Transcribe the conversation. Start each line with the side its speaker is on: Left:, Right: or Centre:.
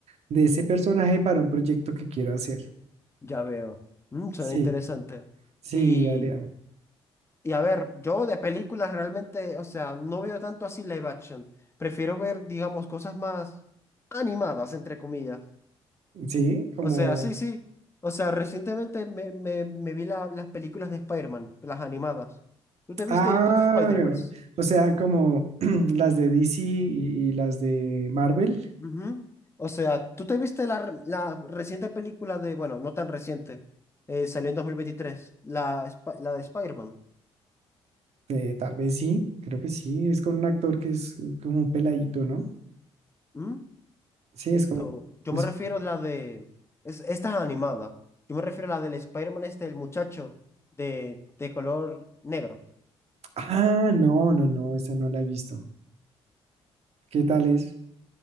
Right: de ese personaje para un proyecto que quiero hacer.
Left: Ya veo. Mm, suena
Right: Sí,
Left: interesante.
Right: sí,
Left: Y,
Right: Adrián.
Left: y a ver, yo de películas realmente, o sea, no veo tanto así live action. Prefiero ver, digamos, cosas más animadas, entre comillas.
Right: Sí, como...
Left: O sea, sí, sí. O sea, recientemente me, me, me vi la- las películas de Spider-Man, las animadas. ¿Tú te viste
Right: Ah,
Left: entonces Spider-Verse?
Right: o sea, como <clears throat> las de DC y, y las de Marvel,
Left: Ujú. O sea, ¿tú te viste la, r- la reciente película de, bueno, no tan reciente, eh, salió en 2023, la, Sp- la de Spider-Man?
Right: eh, tal vez sí, creo que sí, es con un actor que es eh, como un peladito, ¿no?
Left: ¿Mm?
Right: Sí,
Left: Esto,
Right: es como...
Left: yo
Right: es-
Left: me refiero a la de, es, esta es animada. Yo me refiero a la del Spider-Man este, el muchacho de, de color negro.
Right: Ah, no, no, no, esa no la he visto. ¿Qué tal es?